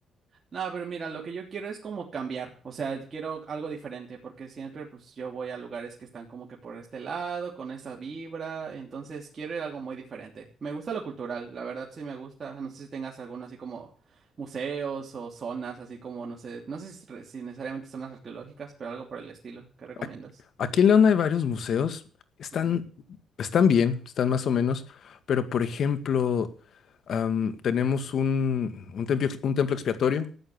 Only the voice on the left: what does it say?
Ac- Aquí en León hay varios museos, están,
están bien, están más o menos, pero por ejemplo, am, tenemos un, un templo, ex- un templo expiatorio,